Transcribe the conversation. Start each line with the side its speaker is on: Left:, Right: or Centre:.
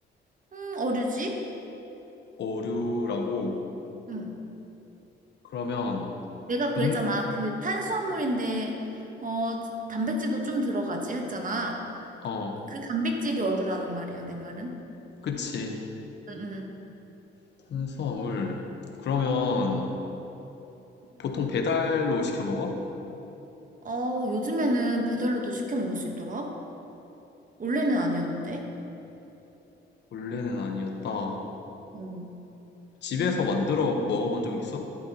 Right: 음, 어류지?
Left: 어류라고.
Right: 응.
Left: 그러면,
Right: 내가
Left: 곡물,
Right: 그랬잖아. 그 탄수화물인데, 어, 단백질도 좀 들어가지 했잖아.
Left: 어,
Right: 그 단백질이 어류라는 말이야, 내 말은.
Left: 그치.
Right: 응,
Left: 탄수화물. 그러면 보통 배달로 시켜 먹어?
Right: 응. 어, 요즘에는 배달로도 시켜 먹을 수 있더라? 원래는 아니었는데.
Left: 원래는 아니었다.
Right: 응.
Left: 집에서 만들어 먹어본 적 있어?